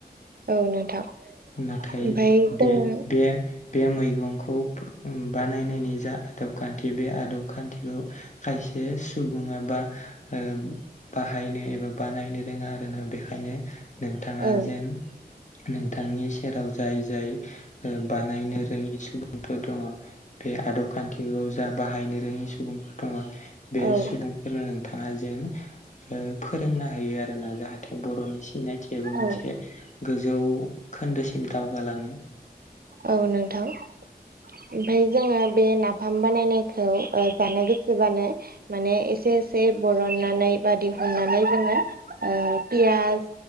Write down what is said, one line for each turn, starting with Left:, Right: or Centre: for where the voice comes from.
Right: औ नोंथां
Left: नाथाय
Right: ओमफ्राय जोङो
Left: बे बे बे मैगंखौ बानायनायनि जा आदब खान्थि बे आदब खान्थिखौ खायसे सुबुङा बा ओ बाहायनो एबा बानायनो रोङा आरोना बेखायनो नोंथाङा
Right: औ
Left: जेन बिथांनि सेराव जाय जाय ओ बानायनो रोङि सुबुंफोर दङ बे आदब खान्थिखौ जा बाहायनो रोङि सुबुंफोर दङ बे
Right: औ
Left: सुबुं फोरनो नोंथाङा जेन ओ फोरोंना होयो आरो ना जाहाथे बर'नि सिनाय खान्थियाबो
Right: औ
Left: मोनसे गोजौ खोन्दोसिम दावगालाङो
Right: औ नोंथां। ओमफाय जोङो बे नाफाम बानायनायखौ जानो गोसोबानो माने एसे एसे बरननानै बा दिहुननानै जोङो पियाज